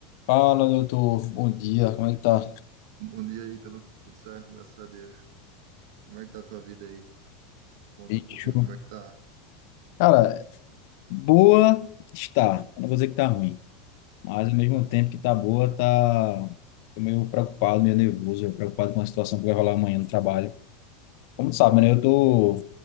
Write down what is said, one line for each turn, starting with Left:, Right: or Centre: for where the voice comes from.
Left: Fala, doutor. Bom dia. Como é que tá?
Right: Bom dia, Ítalo. Tudo certo, graças a Deus. Como é que tá a tua vida aí? Conta
Left: Bicho.
Right: um pouquinho como é que tá.
Left: Cara, boa está. Eu não vou dizer que tá ruim, mas ao mesmo tempo que tá boa, tá. Tô meio preocupado, meio nervoso, preocupado com a situação que vai rolar amanhã no trabalho. Como tu sabe, né? Eu tô